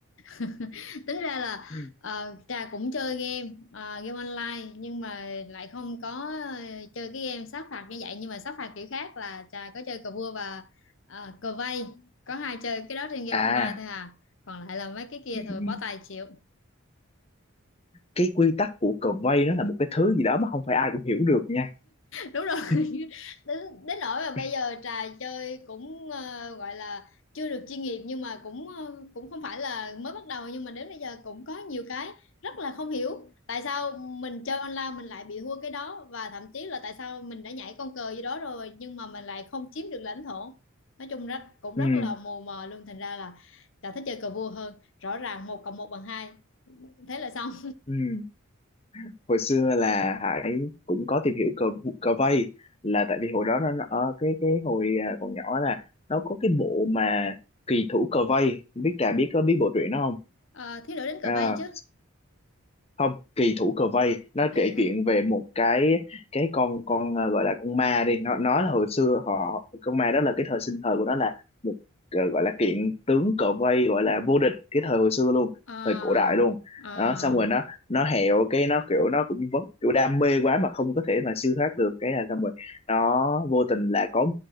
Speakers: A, on the left; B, on the left.
A: <laughs> tính ra là
B: ừ
A: ờ, Trà cũng chơi game ờ, game online nhưng mà lại không có ờ, chơi cái game sát phạt như vậy nhưng mà sát phạt kiểu khác là Trà có chơi cờ vua và ờ, cờ vây có hai chơi cái đó trên game
B: à
A: online thôi à còn lại là mấy cái kia
B: ừ
A: thôi
B: ừ
A: bó tay chịu
B: cái quy tắc của cờ vây nó là một cái thứ gì đó mà không phải ai cũng hiểu được nha
A: đúng rồi <laughs>
B: ừ.
A: đến, đến nỗi mà bây
B: <laughs>
A: giờ trà chơi cũng ờ, gọi là chưa được chuyên nghiệp nhưng mà cũng ờ, cũng không phải là mới bắt đầu nhưng mà đến bây giờ cũng có nhiều cái rất là không hiểu tại sao mình chơi online mình lại bị thua cái đó và thậm chí là tại sao mình đã nhảy con cờ gì đó rồi nhưng mà mình lại không chiếm được lãnh thổ nói chung rất cũng
B: ừ
A: rất là mù mờ luôn thành ra là trà thích chơi cờ vua hơn rõ ràng một cộng một bằng hai thế là xong
B: ừ hồi xưa là Hải cũng có tìm hiểu cờ cờ vây là tại vì hồi đó nó nó- ờ, cái cái hồi à, còn nhỏ là nó có cái bộ mà kỳ thủ cờ vây không biết Trà biết có biết bộ truyện đó không
A: Ờ, thiếu nữ đánh cờ
B: Ờ,
A: vây chứ
B: không kỳ thủ cờ vây nó
A: à
B: kể
A: dạ
B: chuyện về một cái cái con con ờ, gọi là con ma đi nó nó là hồi xưa họ con ma đó là cái thời sinh thời của nó là một ờ, gọi là kiện tướng cờ vây gọi là vô địch cái thời hồi xưa luôn
A: à,
B: thời cổ đại luôn
A: à.
B: đó xong rồi nó nó hẹo cái nó kiểu nó cũng vẫn kiểu đam mê quá mà không có thể mà siêu thoát được cái là xong rồi nó vô tình lại có